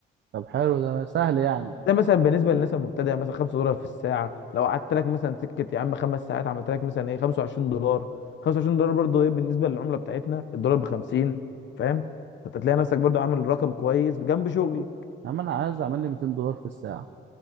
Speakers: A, on the right (about 65°); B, on the left (about 65°).
A: طب حلو ده سهل يعني
B: ده مثلا بالنسبه للناس المبتدئه يعني مثلا 5 دولار في الساعه لو قعدت لك مثلا سكه يا عم خمس ساعات عملت لك مثلا ايه 25 دولار 25 دولار برضو ايه بالنسبه للعمله بتاعتنا الدولار ب 50 فاهم فانت تلاقي نفسك برضو عامل رقم كويس بجنب شغل
A: يا عم أنا عايز أعمل لي 200 دولار في الساعة